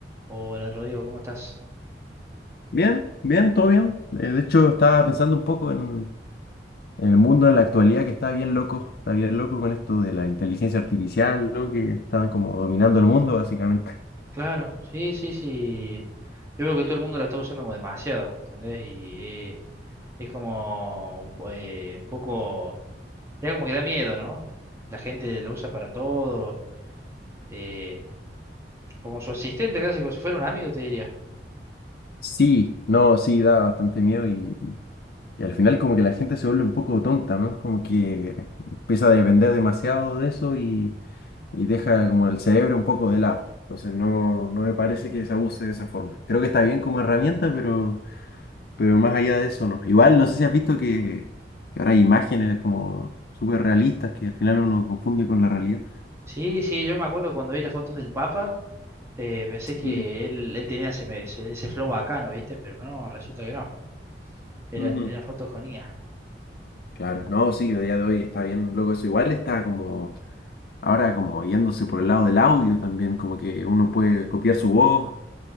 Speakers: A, on the right; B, on the left.
A: Hola Rodrigo, ¿cómo estás?
B: Bien, bien, todo bien. Eh, de hecho, estaba pensando un poco en, en el mundo en la actualidad que está bien loco, está bien loco con esto de la inteligencia artificial, ¿no? Que estaban como dominando el mundo, básicamente.
A: Claro, sí, sí, sí. Yo veo que todo el mundo la está usando como demasiado, ¿entendés? Y eh, es como un po- eh, un poco, ya como que da miedo, ¿no? La gente lo usa para todo, eh, como su asistente casi, como si fuera un amigo, te diría.
B: Sí, no, sí, da bastante miedo y, y y al final como que la gente se vuelve un poco tonta, ¿no? Como que empieza a depender demasiado de eso y, y deja como el cerebro un poco de lado. Entonces no, no me parece que se abuse de esa forma. Creo que está bien como herramienta, pero Pero más allá de eso, no. Igual, no sé si has visto que, que ahora hay imágenes como súper realistas que al final uno confunde con la realidad.
A: Sí, sí, yo me acuerdo cuando vi las fotos del Papa, eh, pensé
B: Sí.
A: que él, él tenía ese, ese, ese flow bacano, ¿viste? Pero no, resulta que no, eran,
B: Ujú.
A: eran fotos con IA.
B: Claro, no, sí, a día de hoy está bien loco eso. Igual está como, ahora como yéndose por el lado del audio también, como que uno puede copiar su voz,